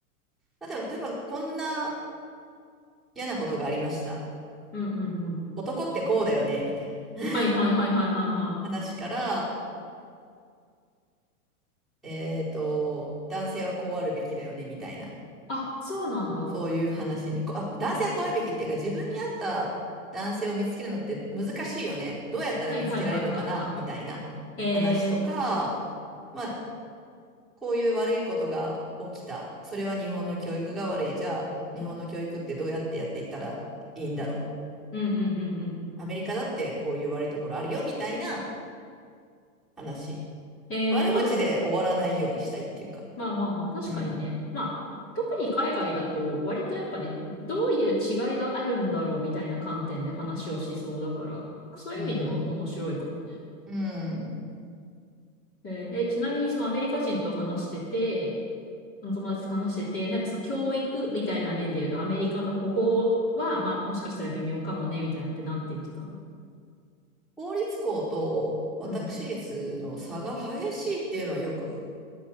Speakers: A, in the centre; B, on the left.
A: 例えば、例えばこんな嫌なことがありました。
B: うんうんうん。
A: 男ってこうだよね、みたいな
B: はいはいはいはいはいはい。
A: <laughs> 話から、えっと、男性はこうあるべきだよね、みたいな、
B: あ、そうなんだ。は
A: そういう話に、こう、あ、男性はこうあるべきっていうか、自分に合った男性を見つけるのって難しいよね。どうやったら見つけられるのかな、
B: いはいはいはいは
A: みたいな話とか、
B: い。ええ
A: まあ、こういう悪いことが起きた。それは日本の教育が悪い。じゃあ、日本の教育ってどうやってやっていったらいいんだろ
B: うんうんうんうん。
A: う。アメリカだってこういう悪いところあるよ、みたいな話。
B: ええあ、
A: 悪口で終わらないようにしたいっていうか。
B: でも、まあまあまあ、確かにね。
A: うん。
B: まあ、特に海外だと、割とやっぱね、どういう違いがあるんだろうみたいな観点で話をしそうだから、そういう意味では面白いかもね。
A: うん。うん。
B: えーえ、ちなみにそのアメリカ人と話してて、の友達と話してて、なんかその教育みたいな面で言うと、アメリカのここは、まあもしかしたら微妙かもね、みたいなのってなんて言ってたの
A: 公立校と私立の差が激しいっていうのはよく
B: うん。